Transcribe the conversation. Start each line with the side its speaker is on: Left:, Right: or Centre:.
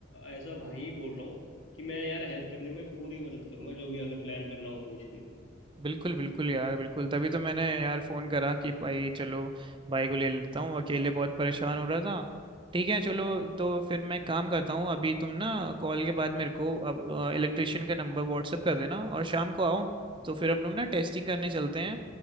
Left: एज अ भाई बोल रहा हूँ कि मैं यार हेल्प करने में पूरी मदद करूंगा जो भी अगर प्लान करना होगा कुछ भी
Right: बिल्कुल बिल्कुल यार बिल्कुल तभी तो मैंने यार फोन करा कि भाई चलो भाई को ले लेता हूँ अकेले बहुत परेशान हो रहा था ठीक है चलो तो फिर मैं काम करता हूँ अभी तुम ना कॉल के बाद मेरे को अब इलेक्ट्रिशियन का नंबर व्हाट्सअप कर देना और शाम को आओ तो फिर हम लोग ना टेस्टिंग करने चलते हैं